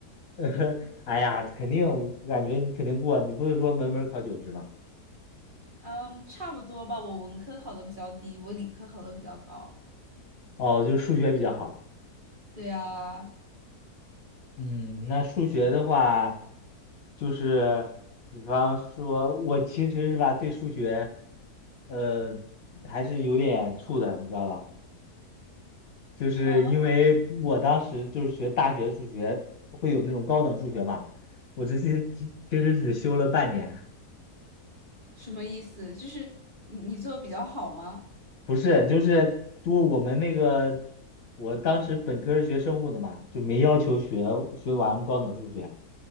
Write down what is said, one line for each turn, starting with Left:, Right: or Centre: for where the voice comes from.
Left: <laughs>
Right: <laughs>
Left: 哎呀，肯定，我感觉你肯定过，你不是说门门儿考九十吗？
Right: 嗯，差不多吧。我文科考的比较低，我理科考的比较高。
Left: 哦，就是数学比较好。
Right: 对啊，
Left: 嗯，那数学的话，就是比方说，我其实是吧，对数学，呃，还是有点怵的，你知道吧？就是因为我当时就是学大学数学，
Right: 嗯，
Left: 会有那种高等数学嘛，我这些其其实只修了半年，
Right: 什么意思？就是你你做的比较好吗？
Left: 不是，就是多我们那个，我当时本科是学生物的嘛，就没要求学学完高等数学，